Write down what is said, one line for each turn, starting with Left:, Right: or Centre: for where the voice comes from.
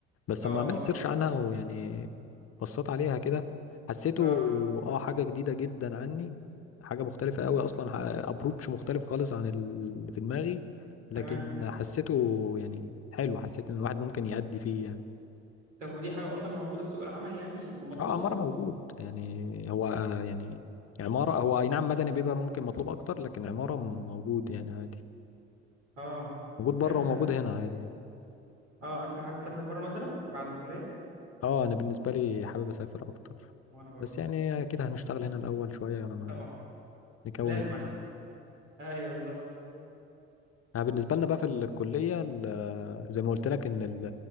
Left: بس
Right: اه
Left: لما عملت
Right: اه فاهم
Left: سيرش عنها ويعني بصيت عليها كده حسيته
Right: اه
Left: اه حاجة جديدة جدا عني حاجة مختلفة قوي اصلا ح- ابروتش مختلف خالص عن اللي في دماغي لكن
Right: تمام
Left: حسيته يعني حلو حسيت ان الواحد ممكن يأدي فيه يعني
Right: طب ودي حاجة أصلا موجودة في سوق العمل يعني مطلوبة؟
Left: اه عمارة موجود يعني هو آه، يعني عمارة هو اي نعم مدني بيبقى ممكن مطلوب اكتر لكن عمارة موجود يعني عادي
Right: اه
Left: موجود بره
Right: حلو
Left: وموجود
Right: ده
Left: هنا عادي يعني
Right: اه أنت حابب تسافر بره مثلا بعد الكلية؟
Left: اه انا بالنسبة لي حابب اسافر اكتر
Right: وأنا برضه
Left: بس يعني اكيد هنشتغل هنا الاول شوية يعني ما
Right: طبعا
Left: نكون
Right: لازم
Left: الدنيا
Right: عشان
Left: كده.
Right: <laughs> أيوه بالظبط
Left: انا بالنسبة لنا بقى في الكلية ال- زي ما قلت لك ان ال-